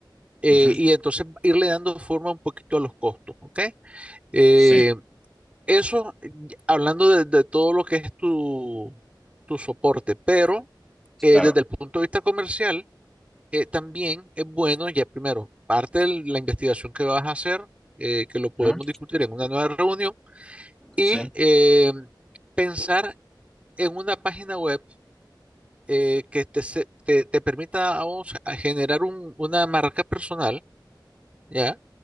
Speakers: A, on the right; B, in the centre.
A: eh,
B: ujú,
A: y entonces irle dando forma un poquito a los costos, ¿ok? Eh,
B: sí,
A: eso, eh, hablando de, de todo lo que es tu, tu soporte, pero eh,
B: claro.
A: desde el punto de vista comercial, eh, también es bueno, ya primero, parte de la investigación que vas a hacer, eh, que lo podemos
B: ujú,
A: discutir en una nueva reunión, y
B: Sí.
A: eh, pensar en una página web eh, que te, se- te, te permita a vos a generar un- una marca personal, ¿ya?